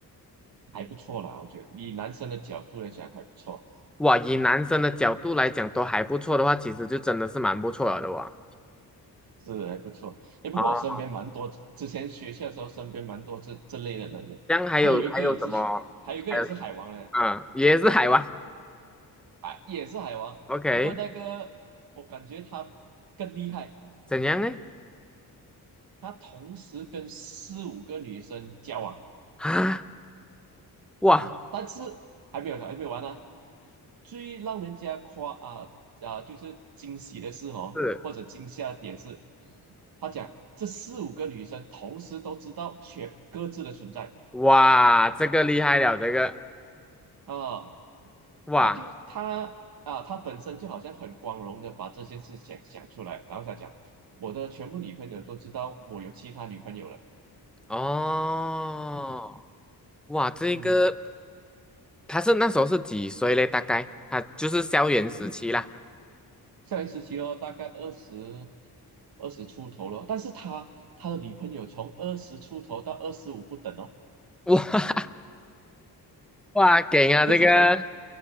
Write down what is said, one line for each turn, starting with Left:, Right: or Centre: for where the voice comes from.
Right: 还不错啦，我觉得以男生的角度来讲还不错，
Centre: 哇，以男生的角度来讲都还不错的话，其实就真的是蛮不错了的哇。
Right: 是还不错。哎，不过我身边蛮多，
Centre: 哦，
Right: 之前学校的时候身边蛮多这这类的人呢，
Centre: 这样还有还有什么？
Right: 还有一个也是海，还有一个也是海王嘞，
Centre: 还有啊，嗯也是海王
Right: 海也是海王，
Centre: ，OK，
Right: 不过那个我感觉他更厉害，
Centre: 怎样呢？
Right: 他同时跟四五个女生交往
Centre: <gasps> 啊，哇，
Right: 啊，但是还没有还没有完呢、最让人家夸啊啊，就是惊喜的是哦，
Centre: 是
Right: 或者惊吓的点是，他讲这四五个女生同时都知道全各自的存在
Centre: 哇，这个厉害了，这个
Right: 啊，
Centre: 哇。
Right: 他就他啊，他本身就好像很光荣的把这件事想想出来，然后再讲我的全部女朋友都知道我有其他女朋友了，
Centre: 哦，哇，这个
Right: 嗯，
Centre: 他是那时候是几岁嘞？大概他就是校园时期啦。
Right: 校园时期咯，大概二十二十出头了，但是他他的女朋友从二十出头到二十五不等哦。
Centre: 哇 <laughs> 哇，给啊这个，
Right: 不是同